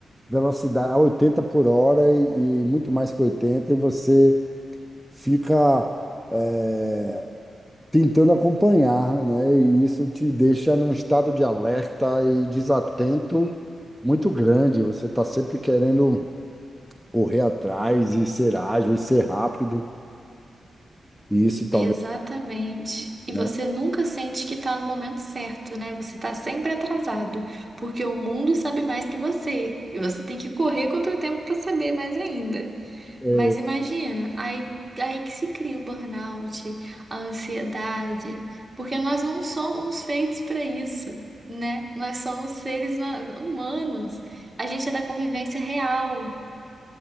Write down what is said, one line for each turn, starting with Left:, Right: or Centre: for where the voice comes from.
Centre: velocidade, a 80 por hora e, e muito mais que 80 e você fica eh, tentando acompanhar, né? E isso te deixa num estado de alerta e desatento muito grande. Você está sempre querendo correr atrás e ser ágil e ser rápido, e isso talvez,
Right: Exatamente. E
Centre: né?
Right: você nunca sente que está no momento certo, né? Você está sempre atrasado, porque o mundo sabe mais que você, e você tem que correr contra o tempo para saber mais ainda.
Centre: eh,
Right: Mas imagina, aí, aí que se cria o burnout, a ansiedade, porque nós não somos feitos para isso, né? Nós somos seres na- humanos. A gente é da convivência real,